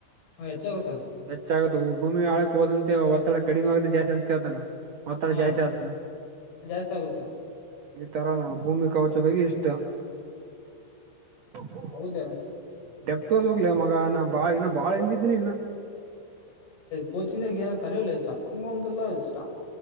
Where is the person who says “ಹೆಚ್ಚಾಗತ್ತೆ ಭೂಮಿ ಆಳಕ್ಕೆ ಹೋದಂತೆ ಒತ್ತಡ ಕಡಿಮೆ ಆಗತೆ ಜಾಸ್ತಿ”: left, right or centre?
Right